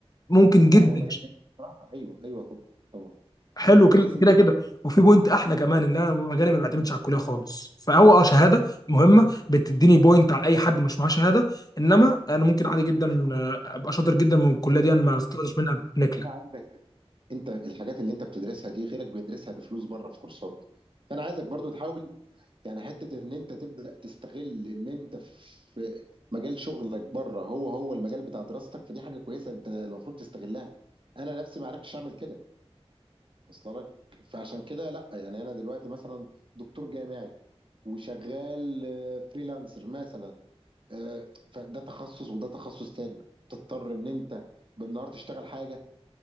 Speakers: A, on the left (about 35°); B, on the right (about 50°).
A: ممكن
B: لا
A: جدا
B: هو مجال جميل بصراحه ايوه ايوه طبعا طبعا
A: حلو كل-
B: بس
A: كده
B: انت
A: كده وفي بوينت احلى كمان ان انا مجالي ما بيعتمدش على الكليه خالص فهو اه شهاده مهمه بتديني بوينت عن اي حد مش معاه شهاده انما انا ممكن عادي جدا آه، ابقى شاطر جدا من الكليه دي انا ما استفدتش منها بنكله
B: انا عندك انت الحاجات اللي انت بتدرسها دي غيرك بيدرسها بفلوس بره في كورسات فانا عايزك برضو تحاول يعني حته ان انت تبدا تستغل ان انت في مجال شغلك بره هو هو المجال بتاع دراستك فدي حاجه كويسه انت المفروض تستغلها انا نفسي ما عرفتش اعمل كده وصل لك فعشان كده لا يعني انا دلوقتي مثلا دكتور جامعي وشغال آه، فريلانسر مثلا آه، فده تخصص وده تخصص تاني تضطر ان انت بالنهار تشتغل حاجه